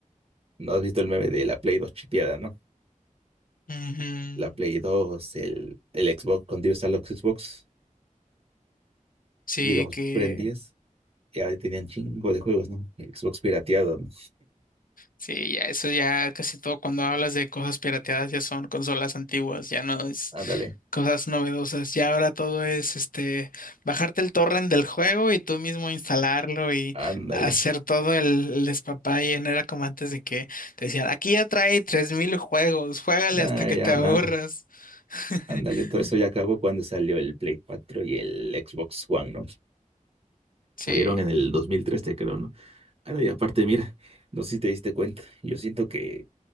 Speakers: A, on the right; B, on the left.
A: no has visto el meme de la Play 2 chipeada, ¿no?
B: Ujú.
A: La Play 2, el, el Xbox, cuando ibas a los Xbox,
B: Sí,
A: digamos,
B: que
A: prendías, ya tenían chingo de juegos, ¿no? Xbox pirateado, ¿no?
B: sí, ya eso ya casi todo cuando hablas de cosas pirateadas ya son consolas antiguas, ya no es
A: Ándale,
B: cosas novedosas. Ya ahora todo es este bajarte el torrent del juego y tú mismo instalarlo y
A: ándale.
B: hacer todo el, el despapaye. No era como antes de que te decían, aquí ya trae 3000 juegos, juégale
A: Nada,
B: hasta que
A: ya
B: te aburras.
A: nada.
B: <laughs>
A: Ándale, todo eso ya acabó cuando salió el Play 4 y el Xbox One, ¿no? Salieron
B: Sí.
A: en el 2013, creo, no Bueno, y aparte, mira, no sé si te diste cuenta, yo siento que